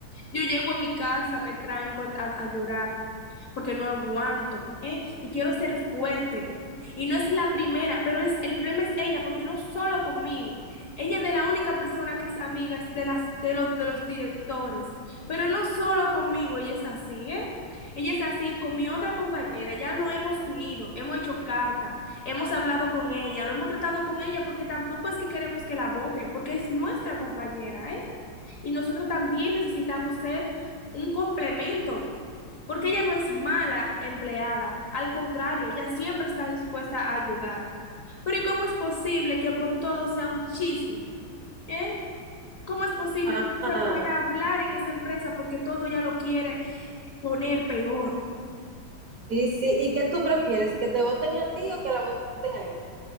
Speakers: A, on the left (about 55°); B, on the right (about 55°).
A: Yo llego a mi casa, me tranco a, a- a llorar porque no aguanto, ¿eh? Y quiero ser fuerte. Y no es la primera, pero es el problema es ella, porque no solo conmigo. Ella es de la única persona que es amiga es de las de los de los directores, pero no solo conmigo, ella es así, ¿eh? Ella es así con mi otra compañera, ya nos hemos unido, hemos hecho cartas. Hemos hablado con ella, lo hemos tratado con ella porque tampoco es que queremos que la voten, porque es nuestra compañera, ¿eh? Y nosotros también necesitamos ser un complemento, porque ella no es mala empleada, al contrario, ella siempre está dispuesta a ayudar. Pero ¿y cómo es posible que por todo sea un chisme? ¿Eh? ¿Cómo es posible
B: Ah,
A: que no se pueda hablar en esa empresa porque todo ya lo quiere poner peor?
B: sí, sí, ¿y qué tú prefieres, que te voten a ti o que la voten a ella?